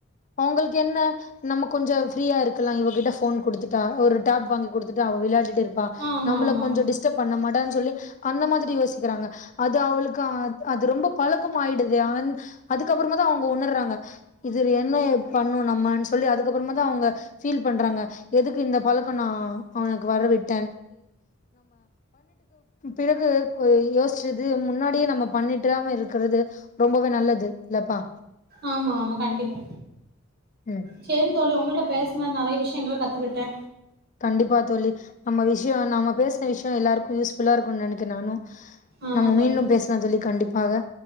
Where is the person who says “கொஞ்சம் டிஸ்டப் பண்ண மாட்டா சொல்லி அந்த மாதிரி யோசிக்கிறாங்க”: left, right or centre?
Left